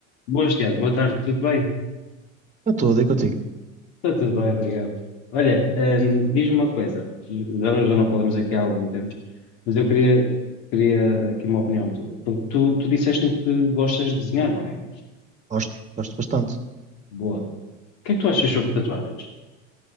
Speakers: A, on the left; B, on the right.
A: Boas, Tiago. Boa tarde. Tudo bem?
B: Está tudo aí contigo.
A: Está tudo bem, obrigado. Olha, hum, diz-me uma coisa. Já não, já não falamos aqui há algum tempo, mas eu queria, queria aqui uma opinião tua. Porque tu, tu disseste-me que gostas de desenhar, não é?
B: Gosto, gosto bastante.
A: Boa. O que é que tu achas sobre tatuagens?